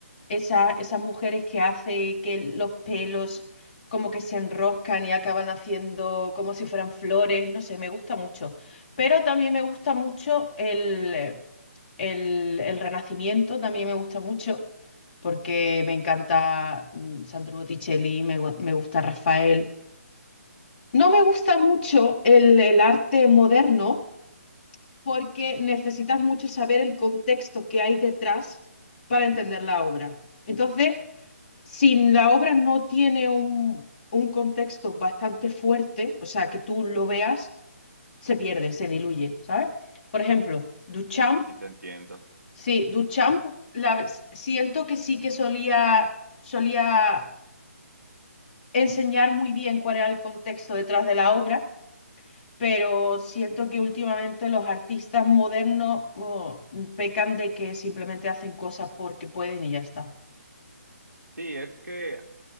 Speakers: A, on the left (about 35°); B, on the right (about 85°).
A: esa- esas mujeres que hace que los pelos como que se enroscan y acaban haciendo como si fueran flores, no sé, me gusta mucho. Pero también me gusta mucho el, el, el Renacimiento, también me gusta mucho, porque me encanta mm, Sandro Botticelli, me, gu- me gusta Rafael. No me gusta mucho el, el arte moderno porque necesitas mucho saber el contexto que hay detrás para entender la obra. Entonces, si la obra no tiene un, un contexto bastante fuerte, o sea, que tú lo veas, se pierde, se diluye, ¿sabes? Por ejemplo, Duchamp,
B: Sí, sí, sí te entiendo.
A: sí, Duchamp, la, ver- siento que sí que solía, solía enseñar muy bien cuál era el contexto detrás de la obra, pero siento que últimamente los artistas modernos oh, pecan de que simplemente hacen cosas porque pueden y ya está.
B: Sí, es que